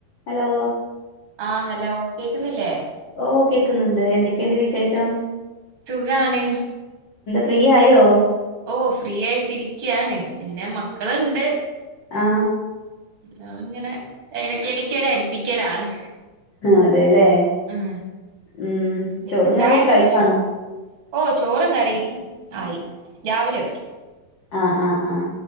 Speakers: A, on the left (about 65°); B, on the right (about 45°).
A: Hello
B: ആ hello കേൾക്കുന്നില്ലേ
A: ഓ കേക്കുന്നുണ്ട് എന്തൊക്കെയുണ്ട് വിശേഷം
B: സുഖാണ്
A: ഫ്രീയായോ
B: ഓ ഫ്രീ ആയിട്ടിരിക്കുകയാണ് പിന്നെ മക്കളുണ്ട്
A: ആ
B: ആ ഇങ്ങനെ ഇടക്കിടക്ക് <unintelligible> പ്പിക്കലാണ്
A: അതെല്ലേ
B: ഉം
A: ഉം
B: പിന്നെ
A: ചോറും കറിയൊക്കെ
B: ചായ കുടിച്ചോ
A: ആയിക്കാണോ
B: ഓ ചോറും കറിയും ആയി രാവിലെ വെക്കും
A: അ അ അ